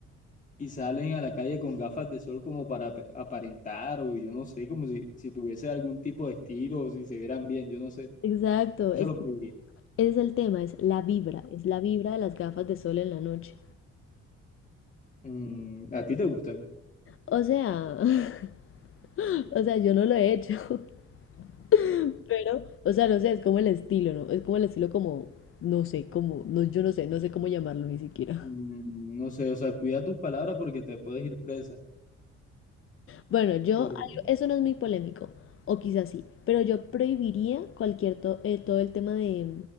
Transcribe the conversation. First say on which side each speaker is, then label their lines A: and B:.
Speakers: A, on the left; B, on the left.
A: y salen a la calle con gafas de sol como para ap- aparentar, o yo no sé, como si, si tuviese algún tipo de estilo, o si se vieran bien, yo no sé.
B: Exacto,
A: Eso
B: es,
A: lo prohibiría.
B: ese es el tema, es la vibra, es la vibra de las gafas de sol en la noche.
A: Mm, ¿a ti te gustan?
B: O sea, <laughs> o sea, yo no lo he hecho, <laughs> pero, o sea, no sé, es como el estilo, ¿no? Es como el estilo como, no sé, como, no, yo no sé, no sé cómo llamarlo ni siquiera.
A: Mm, No sé, o sea, cuida tus palabras porque te puedes ir presa.
B: Bueno, yo,
A: Pero,
B: algo- eso no es muy polémico, o quizás sí, pero yo prohibiría cualquier, to- eh, todo el tema de,